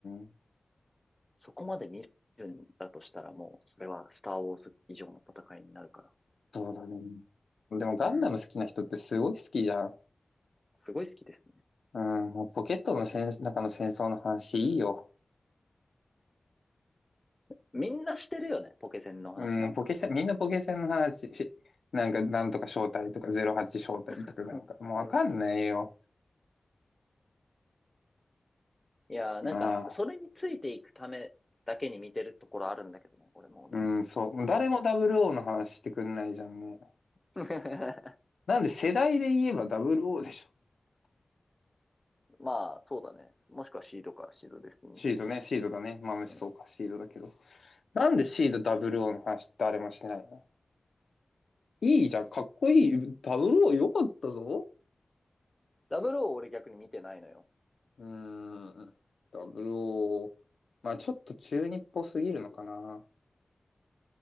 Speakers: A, on the left; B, on the left.
A: ん
B: そこまで見るんだとしたらもう、それはスター・ウォーズ以上の戦いになるから。
A: そうだね。でもガンダム好きな人ってすごい好きじゃん。
B: うん。すごい好きですね。
A: うん、もうポケットの戦、中の戦争の話いいよ。
B: みんなしてるよね、ポケセンの話なんか。
A: うん、ポケセン、みんなポケセンの話、しなんか、なんとか招待とか、08招待とかなんか、
B: <laughs>
A: もうわかんないよ。
B: うん。いやー、なんか、
A: まあ、
B: それについていくためだけに見てるところあるんだけどね、俺もうね。
A: うん、そう。誰もダブルオーの話してくんないじゃんね。
B: <laughs>
A: なんで世代で言えばダブルオーでしょ。
B: まあ、そうだね。もしくはシードか、シードデスティニー。
A: シードね、シードだね。まあ、むしそうか、
B: うん。
A: シードだけど。なんでシードダブルオーの話誰もしてないのいいじゃん、かっこいい。ダブルオー良かったぞ。
B: ダブルを俺逆に見てないのよ。
A: うーん、ダブルオーまあ、ちょっと中二っぽすぎるのかな。